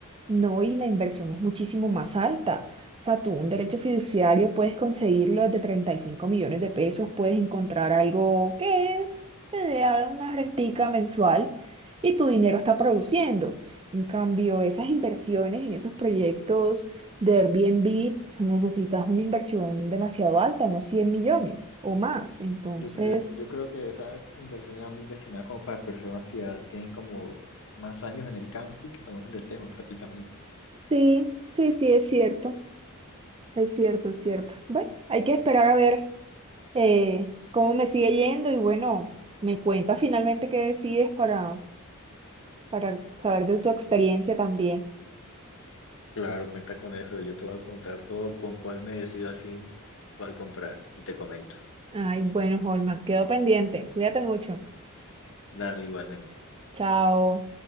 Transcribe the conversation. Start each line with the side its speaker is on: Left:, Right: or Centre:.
Right: No, y la inversión es muchísimo más alta. O sea, tú un derecho fiduciario puedes conseguirlo desde 35 millones de pesos, puedes encontrar algo que te dé a- una rentica mensual y tu dinero está produciendo. En cambio, esas inversiones en esos proyectos de Airbnb pf, necesitas una inversión demasiado alta, unos 100 millones o más. Entonces,
Left: Yo creo, yo creo que esas inversiones van destinadas como para personas que ya tienen como más años en el campo y que conocen del tema prácticamente.
Right: sí, sí, sí, es cierto, es cierto, es cierto. Bueno, hay que esperar a ver. eh, cómo me sigue yendo y bueno, me cuenta finalmente qué decides para, para saber de tu experiencia también.
Left: Claro, cuenta con eso. Yo te voy a contar todo con cuál me decido al fin cuál comprar. Y te comento.
Right: Ay, bueno, Holman, quedo pendiente. Cuídate mucho.
Left: Dale, igualmente.
Right: Chao.